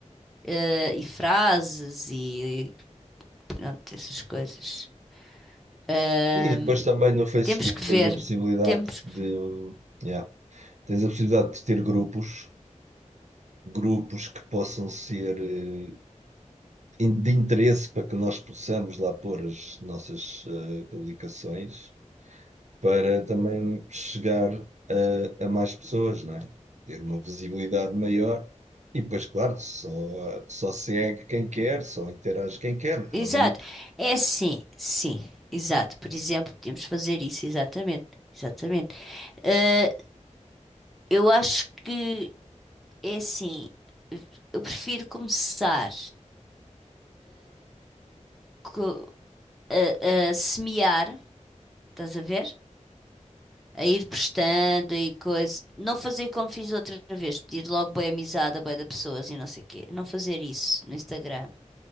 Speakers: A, in the centre; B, on the right.
A: Ah, e frases e, e pronto, essas coisas. Ah,
B: Sim, e depois também no Facebook
A: Temos que ver.
B: tens a possibilidade
A: Temos que
B: de,
A: ver.
B: yeah, tens a possibilidade de ter grupos, grupos que possam ser eh, in- de interesse para que nós possamos lá pôr as nossas eh, publicações, para também chegar a, a mais pessoas, não é? Ter uma visibilidade maior. E depois, claro, só, eh, só segue quem quer, só interage quem quer, mas
A: Exato.
B: ao menos.
A: É sim, sim. Exato. Por exemplo, podemos fazer isso, exatamente. Exatamente. Ah, eu acho que é assim. Eu prefiro começar co- a semear, estás a ver? A ir prestando e coisa. Não fazer como fiz outra vez, pedir logo boa amizade a bué de pessoas e não sei o quê. Não fazer isso no Instagram.